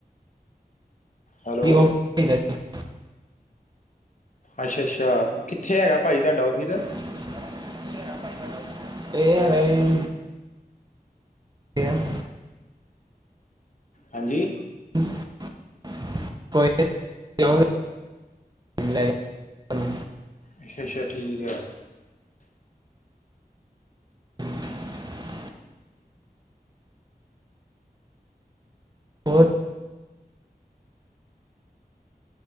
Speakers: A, on the left; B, on the right.
A: ਹੈਲੋ
B: <unintelligible>
A: ਅੱਛਾ-ਅੱਛਾ ਕੀਥੇ ਹੈਗਾ ਭਾਜੀ ਤਾਡਾ ਔਫੀਸ?
B: ਕੀਥੇ ਹੈਗਾ ਪਾਜੀ ਧਾਡਾ ਔਫੀਸ? ਏ ਹੈਗਾ ਏ <unintelligible>
A: ਹਾਂਜੀ?
B: <unintelligible> ਲੈ ਜਾਣਾ
A: ਅੱਛਾ, ਛਾ ਠੀਕ ਐ।
B: <inaudible> ਹੋਰ <inaudible>